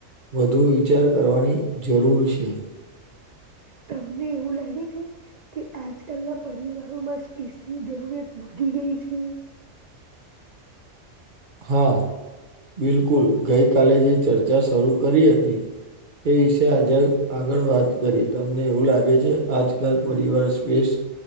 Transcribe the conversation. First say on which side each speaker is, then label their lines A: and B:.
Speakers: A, on the right; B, on the right.
A: વધુ વિચાર કરવાની જરૂર છે.
B: તમને એવું લાગે છે. કે આજકાલના પરિવારોમાં સ્પેસની જરૂરિયાત વધી ગઈ છે.
A: હા, બિલકુલ ગઈ કાલે જે ચર્ચા શરૂ કરી હતી તે વિશે આજડ આજે આગળ વાત કરીએ. તમને એવું લાગે છે આજકાલ પરિવાર સ્પેસ